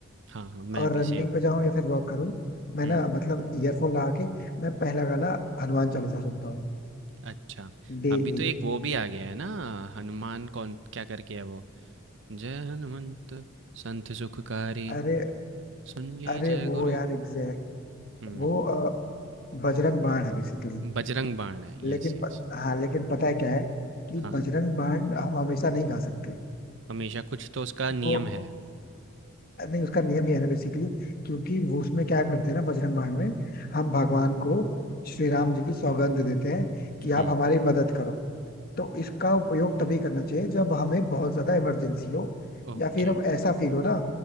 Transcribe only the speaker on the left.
और
रनिंग
पे जाऊँ या फिर वॉक करूँ मैं
ना मतलब ईयरफोन लगा के मैं पहला गाना हनुमान चालीसा सुनता हूँ
डेली
अरे
अरे
वो
यार एग्जैक्ट
वो अ, बजरंग बाण है बेसिकली
लेकिन
प- हाँ लेकिन पता है क्या है कि
बजरंग बाण हम हमेशा नहीं गा सकते
वो
नहीं उसका नियम ये है ना बेसिकली क्योंकि वो उसमें क्या करते हैं ना बजरंग बाण में हम भगवान को श्री राम जी की सौगंध देते हैं कि
आप हमारी मदद करो तो इसका उपयोग तभी करना चाहिए जब हमें बहुत ज्यादा इमरजेंसी हो
या फिर अब ऐसा फील हो ना